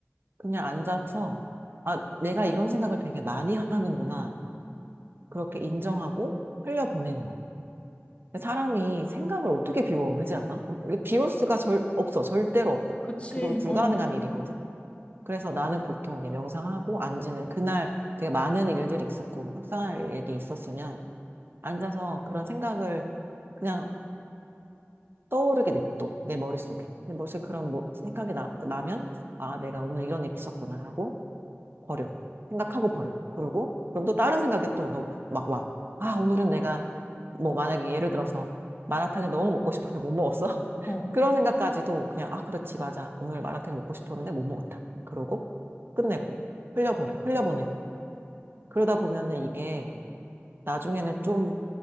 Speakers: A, on the right (about 50°); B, on the left (about 25°).
A: 그냥 앉아서, 아, 내가 이런 생각을 되게 많이 하는구나. 그렇게 인정하고 흘려보내는 거야. 사람이 생각을 어떻게 비워, 그지 않나? 어, 이게 비울 수가 절, 없어. 절대로 없어.
B: 그치,
A: 그건 불가능한
B: 어,
A: 일이거든. 그래서 나는 보통 이제 명상하고 앉으면 그날 되게 많은 일들이 있었고, 뭐 속상할 일이 있었으면 앉아서 그런 생각을 그냥 떠오르게 냅둬. 내 머릿속에. 내 머릿속에 그런 뭐 생각이 나, 나면, 아, 내가 오늘 이런 일이 있었구나 하고, 버려. 생각하고 버려. 그러고, 그럼 또 다른 생각이 또 막 와. 아, 오늘은 내가, 뭐, 만약에 예를 들어서, 마라탕이 너무 먹고 싶었는데 못 먹었어? <laughs>
B: 어.
A: 그런 생각까지도 그냥, 아, 그렇지, 맞아. 오늘 마라탕 먹고 싶었는데 못 먹었다. 그러고, 끝내고, 흘려보내, 흘려보내고. 그러다 보면은 이게, 나중에는 좀